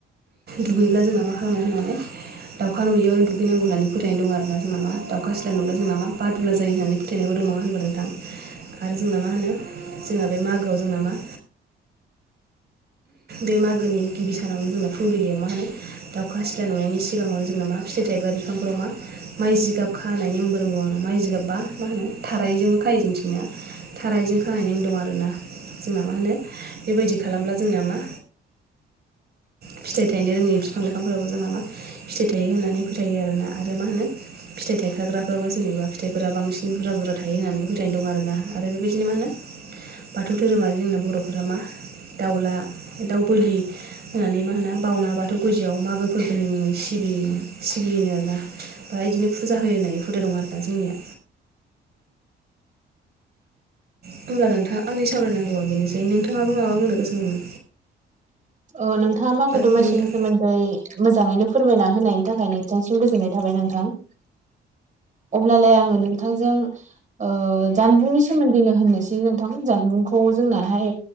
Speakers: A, on the right; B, on the right.
A: दुगैब्ला जोंना मा खालामनाय होननानै दाउखा नुययावनो दुगैनांगौ होननानै फोथायनाय दं आरोना जोंना मा दाउखा सिल्ला नुब्ला जोंना मा बादुला जायो होननानै फोथानायबो दं नङा होनबा नोंथां आरो जोंना मा होनो जोंना बे मागोआव जोंना मा बे मागोनि गिबि सानावनो जोंना फुंबिलियाव मा होनो दाउखा सिला नुनायनि सिगाङावनो जोंना मा फिथाइ थायग्रा बिफांफोराव मा माइ जिगाब खानाय नेमबो रोंगौ आंना माइ जिगाबबा मा होनो थारायजोंबो खायो जोंथिंनिया थारायजों खानायनायनि दं आरोना जोंना मा होनो बेबायदि खालामब्ला जोंना मा फिथाइ थायनो रोंनि बिफां लाइफांफोराबो जोंना मा फिथाइ थायो होननानै फोथायो आरोना आरो मा होनो फिथाइ थायखाग्राफ्राबो जेनेबा फिथाइफोरा बांसिन बुरजा बुरजा थायो होननानै फोथायनाय दं आरोना आरो बेबायदिनो मा होनो बाथौ धोरोमारि जोंना बर'फोरा मा दाउला दाउ बोलि होनानै मा मान बावना बाथौ गुजिआव मागो फोरबोनि मुङै सिबि सिबियोनो आरोना बा बिदिनो फुजा होयो होननाय हुदा दं आरोना जोंनिया होमब्ला नोंथां आंनि सावरायनांगौआ बेनोसै नोंथाङाहाबो माबा बुंनो गोसो दङ
B: अ नोंथाङा मागो दमासिनि
A: हेलौ नोंथां
B: सोमोन्दै मोजाङैनो फोरमायना होनायनि थाखाय नोंथांनिसिम गोजोननाय थाबाय नोंथां अब्लालाय आङो नोंथांजों ओ जानबुंनि सोमोन्दैनो होननोसै नोंथां जानबुंखौ जोंनाहाय